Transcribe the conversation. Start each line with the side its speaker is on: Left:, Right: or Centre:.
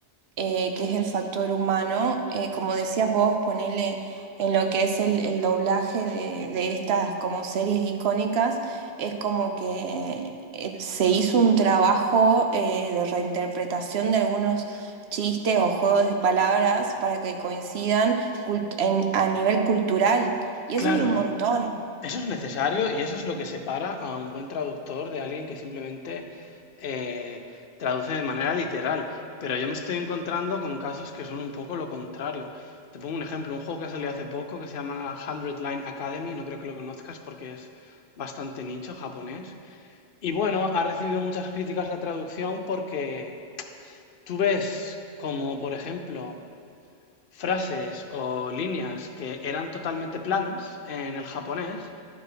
Right: eh, que es el factor humano. Eh, como decías vos, ponele en lo que es el, el doblaje de, de estas como series icónicas, es como que eh, se hizo un trabajo eh, de reinterpretación de algunos chistes o juegos de palabras para que coincidan cult- en- a nivel cultural. Y
Left: Claro,
Right: eso es un montón.
Left: Eso es necesario y eso es lo que separa a un buen traductor de alguien que simplemente eh, traduce de manera literal. Pero yo me estoy encontrando con casos que son un poco lo contrario. Te pongo un ejemplo, un juego que salió hace poco que se llama Hundred Line Academy, no creo que lo conozcas porque es bastante nicho japonés. Y bueno, ha recibido muchas críticas la traducción porque tú ves como, por ejemplo, frases o líneas que eran totalmente planas en el japonés